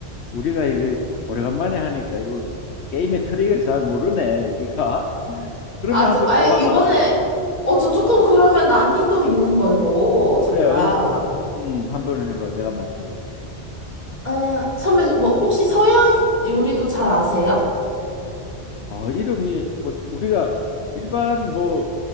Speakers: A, on the left; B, on the left.
A: 우리가 이거 오래간만에 하니까 이거 게임의 트릭을 잘 모르네, 우리가. <laughs> 그러면
B: 아,
A: 한번
B: 저, 아,
A: 또
B: 이번에,
A: 바꿔봐.
B: 어, 저 조금
A: 어,
B: 그러면 난이도 있는 걸로 제가,
A: 그래, 음, 음, 한번 해봐. 내가 맞춰볼게.
B: 어, 선배, 뭐, 혹시 서양 요리도 잘 아세요?
A: 어, 이름이, 뭐, 우리가 일반 뭐,